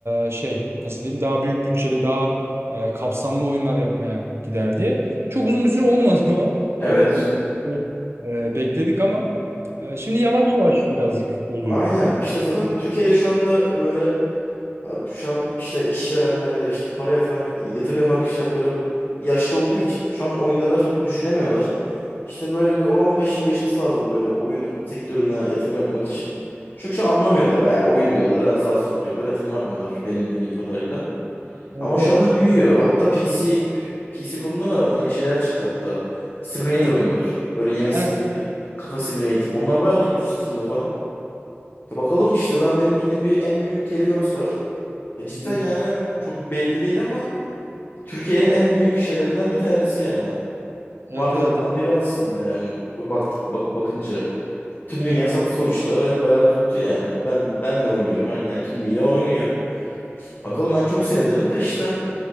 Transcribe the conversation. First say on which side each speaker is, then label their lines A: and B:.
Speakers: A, on the right; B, on the left.
A: e, şey nasıl diyeyim daha büyük bütçeli daha e, kapsamlı oyunlar yapmaya gider diye. Çok uzun bir süre olmadı <laughs> o.
B: Evet.
A: Yani bir e, bekledik ama e, şimdi yavaş yavaş birazcık oluyor.
B: Aynen
A: Yani,
B: işte zaten Türkiye'de şu anda böyle abi şu an işte işverenler ya da işte para yatıran yatırım yapan kişiler böyle yaşlı olduğu için şu an oyunları çok düşünemiyorlar. İşte böyle bir 10-15 yıl geçmesi lazım böyle oyun sektörüne yatırım yapmak için. Çünkü şu an anlamıyorlar. Yani oyun diyorlar, ha, zar tut diyorlar, yatırım yapmıyorlar benim bildiğim kadarıyla.
A: evet
B: Ama
A: evet.
B: şu anda büyüyor. Hatta PC PC konuda da yeni şeyler çıktı hatta. Simulator
A: Evet.
B: oyunlar. Böyle yemek
A: Aynen.
B: simulator, kafa simulator. Onlar bayağı tuttu Steam'de e bakalım işte lan benim bildiğim bir en büyük Televerse var. E cidden
A: Hı.
B: yani çok belli değil ama Türkiye'nin en büyük şeylerinden bir tanesi yani.
A: Evet
B: Markalardan
A: evet.
B: biri aslında yani. Baktık bak bakınca. Tüm
A: Evet.
B: dünya sattı sonuçta ve bayağı tuttu yani. Ben ben de oynuyorum. Her- Yani tüm dünya oynuyor. Bakalım
A: Evet.
B: ben çok sevinirim de işte